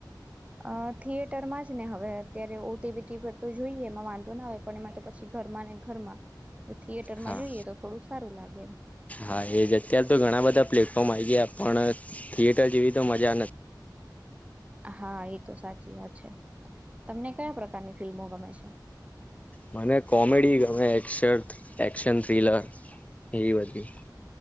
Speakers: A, on the right; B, on the left.
A: અ થિયેટર માં જ ને હવે અત્યારે ઓટીબીટી પર તો જોઈએ એમાં વાંધો ના આવે પણ એમાં તો પછી, ઘરમાં ને ઘરમાં થિયેટર માં
B: હા
A: જોઈએ તો થોડું સારું લાગેમ.
B: હા એજ અત્ય્યારે તો ઘણા બધા પ્લેટફોર્મ આ ગયા પણ થિયેટર જેવી તો મજા નથી
A: હા એ તો સાચી વાત છે તમને કયા પ્રકારની ફિલ્મો ગમે છે.
B: મને કોમેડી ગમે એશ એક્શન થ્રીલર એવી બધી